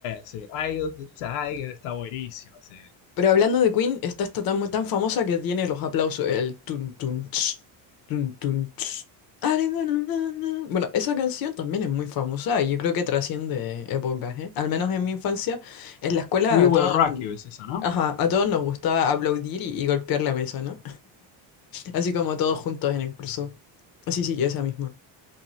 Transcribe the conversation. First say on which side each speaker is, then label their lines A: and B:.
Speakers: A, on the left; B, on the left.
A: sí. Eye of the Tiger está buenísimo. sí.
B: Pero hablando de Queen, está esta tan, tan famosa que tiene los aplausos, el tun tun ch, tun tun ch. Are na, na, na. na. Bueno, esa canción también es muy famosa y yo creo que trasciende épocas, ¿eh? Al menos en mi infancia, en la escuela
A: We
B: a
A: Will
B: todos,
A: Rock You es eso, ¿no?
B: ajá, a todos nos gustaba aplaudir y, y golpear la mesa, ¿no? Así como todos juntos en el curso. Sí, sí, esa misma.